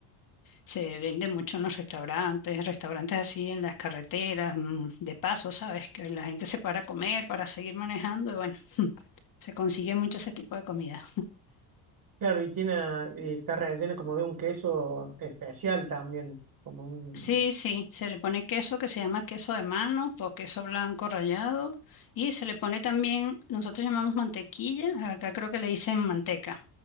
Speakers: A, on the left; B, on the right.
A: Se vende mucho en los restaurantes, restaurantes así en las carreteras, mm, de paso, ¿sabes? Que la gente se para a comer, para seguir manejando, y bueno, se consigue mucho ese tipo de comida.
B: Claro, y tiene, eh, está rellena como de un queso especial también, como un...
A: Sí, sí, se le pone queso que se llama queso de mano o queso blanco rallado, y se le pone también, nosotros llamamos mantequilla, acá creo que le dicen manteca.